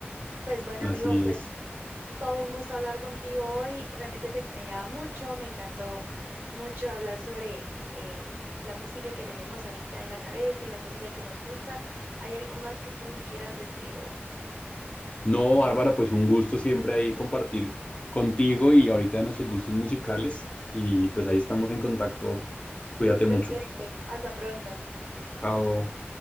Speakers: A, on the right (about 55°); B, on the left (about 30°).
A: Pues bueno,
B: así
A: amigo, fue
B: es.
A: todo un gusto hablar contigo hoy. Realmente te extrañaba mucho. Me encantó mucho hablar sobre eh, la música que tenemos ahorita en la cabeza y la música que nos gusta. ¿Hay algo más que tú me quieras decir o?
B: No, Bárbara, pues un gusto siempre ahí compartir contigo y ahorita de nuestros gustos musicales y pues ahí estamos en contacto. Cuídate
A: <laughs> Perfecto.
B: mucho.
A: Hasta pronto.
B: Chao.